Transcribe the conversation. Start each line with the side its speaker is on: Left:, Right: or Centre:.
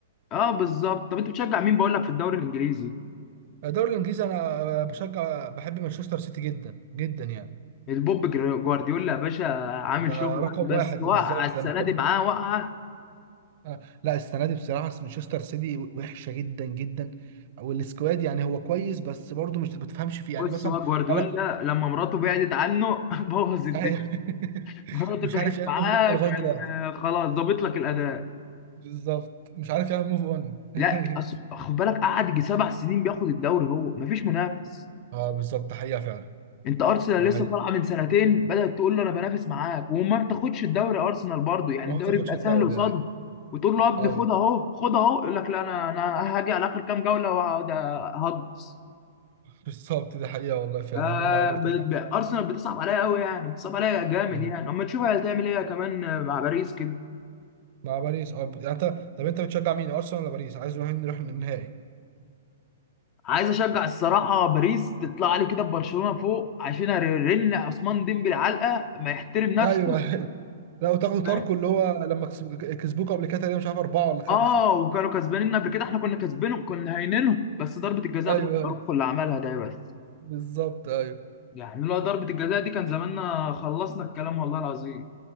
Left: اه بالظبط طب انت بتشجع مين بقول لك في الدوري الانجليزي
Right: الدوري الانجليزي انا بشجع بحب مانشستر سيتي جدا جدا يعني
Left: البوب جر- جوارديولا يا باشا عامل
Right: ده
Left: شغل
Right: رقم
Left: بس
Right: واحد
Left: وقع
Right: بالظبط
Left: السنه
Right: انا بحب
Left: دي معاه وقعه
Right: آه، لا السنه دي بصراحه مانشستر سيتي وحشه جدا جدا والسكواد يعني هو كويس بس برضه مش بتفهمش فيه يعني
Left: بص
Right: مثلا
Left: هو جوارديولا
Right: لا
Left: لما مراته بعدت عنه <laughs> بوظ الدنيا
Right: أيوه. <laughs>
Left: مراتك
Right: مش
Left: كانت
Right: عارف يعمل
Left: معاك
Right: موف اون لغايه
Left: كان
Right: دلوقتي
Left: آه، خلاص ظابط لك الاداء
Right: بالظبط مش عارف يعمل موف اون <laughs>
Left: لا أص- خد بالك قعد يجي سبع سنين بياخد الدوري هو مفيش منافس
Right: اه بالظبط حقيقه فعلا
Left: انت ارسنال
Right: ده
Left: لسه
Right: حقيقه
Left: طالعه من سنتين بدات تقول له انا بنافس معاك وما بتاخدش الدوري ارسنال برضو يعني
Right: ما
Left: الدوري
Right: هو ما بتاخدش
Left: بيبقى
Right: الدوري
Left: سهل قصادها
Right: ايوه
Left: وتقول له يا ابني
Right: ايوه
Left: خد اهو خد اهو يقول لك لا انا انا هاجي على اخر كام جوله وهقعد هجص
Right: بالظبط ده حقيقه والله فعلا
Left: آه،
Right: انا معاك برضه
Left: ب-
Right: أنا
Left: ب- ارسنال بتصعب عليا قوي يعني بتصعب عليا جامد
Right: معاك.
Left: يعني اما تشوف هتعمل ايه كمان مع باريس كده
Right: مع باريس اه يعني انت طب انت بتشجع مين ارسنال ولا باريس عايز نروح نروح النهائي
Left: عايز اشجع الصراحه باريس تطلع لي كده ببرشلونه فوق عشان ارن عثمان ديمبلي علقه ما يحترم نفسه
Right: ايوه <laughs> لا وتاخدوا
Left: لا.
Right: تاركو اللي هو لما كسب- كسبوك قبل كده تقريبا مش عارف اربعه ولا خمسه
Left: اه وكانوا كسبانين قبل كده احنا كنا كسبانهم كنا هاينينهم بس ضربه الجزاء
Right: ايوه
Left: بتاعت
Right: ايوه
Left: اروخو اللي عملها ده بس
Right: بالظبط ايوه
Left: يعني لولا ضربه الجزاء دي كان زماننا خلصنا الكلام والله العظيم